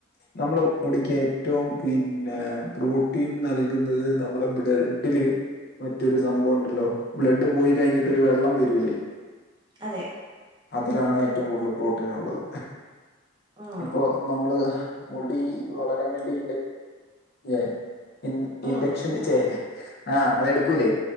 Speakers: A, on the left; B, on the right.
A: നമ്മളെ മുടിക്ക് ഏറ്റവും പിന്നെ പ്രോട്ടീൻ നൽകുന്നത് നമ്മളെ ബ്ലഡില് മറ്റൊരു സംഭവം ഉണ്ടല്ലോ ബ്ലഡ് പോയി കഴിഞ്ഞിട്ട് ഒരു വെള്ളം വരൂല്ലേ
B: അതെ
A: അതിലാണ് ഏറ്റവും കൂടുതൽ പ്രോട്ടീൻ ഉള്ളത്
B: ഉം
A: ഇപ്പോ നമ്മള് മുടി വളരാൻ വേണ്ടി ഇ ഇ ഇൻഡക്ഷൻ
B: ഉം
A: ചെ ആഹ് അതെടുക്കൂലേ